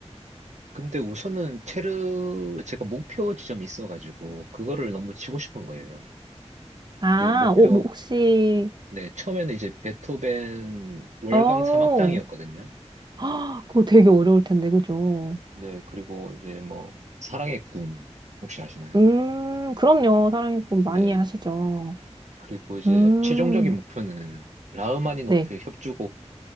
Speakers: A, on the right; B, on the right.
A: 근데 우선은 체르, 제가 목표 지점이 있어가지고, 그거를 너무 치고 싶은 거예요.
B: 아,
A: 그 목표
B: 어, 뭐 혹시
A: 네, 처음에는 이제 베토벤 월강
B: 어,
A: 3악장이었거든요.
B: 아, 그거 되게 어려울 텐데 그죠?
A: 네, 그리고 이제 뭐 사랑의 꿈 혹시 아시나요?
B: 음, 그럼요. 사랑의 꿈 많이
A: 네,
B: 하시죠.
A: 그리고 이제
B: 음,
A: 최종적인 목표는 라흐마니노프의
B: 네.
A: 협주곡